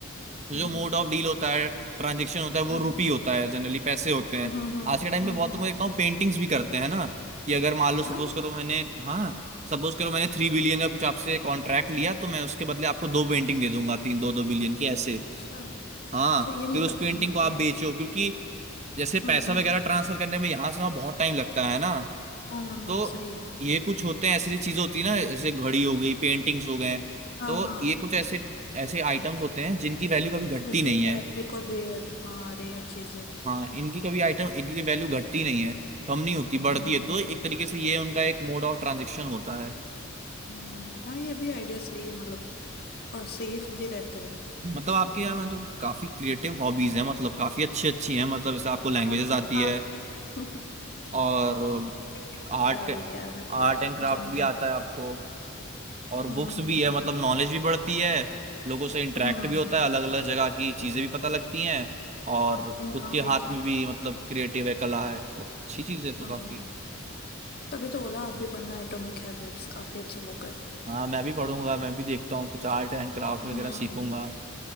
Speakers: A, on the right; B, on the left.
A: तो
B: हम्म
A: जो मोड ऑफ डील होता है ट्रांजेक्शन होता है वो
B: हम्म
A: रुपी होता है जनरली पैसे होते
B: हम्म
A: हैं
B: हम्म हम्म हम्म,
A: आज के टाइम
B: हम्म,
A: पे बहुत
B: हम्म, हम्म।
A: तो मैं देखता हूँ पेंटिंग्स भी करते हैं ना कि अगर मान लो सपोज
B: हाँ
A: करो मैंने हाँ सपोज करो मैंने थ्री बिलियन का कुछ आपसे कॉन्ट्रैक्ट लिया तो मैं उसके बदले आपको दो पेंटिंग दे दूंगा तीन दो दो बिलियन की ऐसे
B: अच्छा अच्छा
A: हाँ
B: ये नहीं
A: फिर उस
B: पता
A: पेंटिंग
B: था मेरे
A: को आप
B: को
A: बेचो क्योंकि जैसे पैसा
B: हम्म हम्म
A: वगैरह ट्रांसफर करने में यहाँ से वहाँ बहुत टाइम लगता है ना
B: हाँ हाँ हाँ
A: तो
B: सही है
A: ये कुछ होते हैं ऐसी चीजें होती है ना जैसे घड़ी हो गई पेंटिंग्स हो गए
B: हाँ
A: तो
B: हाँ
A: ये कुछ ऐसे ऐसे आइटम्स होते हैं जिनकी वैल्यू कभी घटती
B: जैसे
A: नहीं है
B: एपिक और रेयर हाँ रेयर चीजें
A: हाँ इनकी कभी आइटम इनकी कभी वैल्यू घटती नहीं है कम नहीं होती
B: हम्म
A: बढ़ती
B: हम्म
A: है तो एक तरीके से ये उनका एक मोड ऑफ ट्रांजेक्शन होता है
B: हम्म, हाँ ये भी आइडिया सही है मतलब और सेफ भी रहता है
A: मतलब आपके यार में तो काफी क्रिएटिव हॉबीज हैं मतलब काफी अच्छी अच्छी हैं मतलब जैसे आपको लैंग्वेजेस
B: आप
A: आती है
B: आप <laughs>
A: और
B: क्रिकेट हो
A: आर्ट
B: तो क्या ही है यार बस
A: आर्ट
B: ये
A: एंड क्राफ्ट
B: जनरल
A: भी आता है आपको
B: हम्म
A: और बुक्स भी है मतलब नॉलेज भी बढ़ती है लोगों से इंटरेक्ट
B: हम्म
A: भी होता है अलग अलग जगह की चीजें भी पता लगती हैं और खुद
B: हाँ
A: के
B: भाई
A: हाथ
B: तो
A: में भी मतलब क्रिएटिव है कला है तो अच्छी चीज है तो
B: हम्म
A: काफी
B: तभी तो बोला आप भी पढ़ना एटॉमिक हैबिट्स काफी अच्छे बुक है
A: हाँ मैं भी पढ़ूंगा मैं भी देखता हूँ कुछ आर्ट एंड क्राफ्ट
B: हम्म
A: वगैरह सीखूंगा